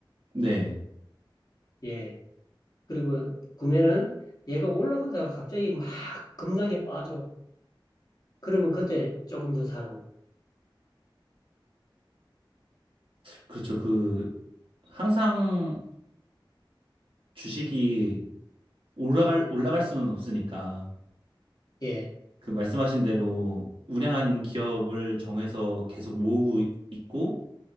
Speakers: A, on the right; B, on the left.
A: 네.
B: 예. 그리고 구매는 얘가 올라가다가 갑자기 막 급락에 빠져. 그러면 그때 조금 더 사고.
A: 그렇죠. 그 항상 주식이 올라갈 올라갈 수는 없으니까
B: 예.
A: 그 말씀하신 대로 우량한 기업을 정해서 계속 모으고 있고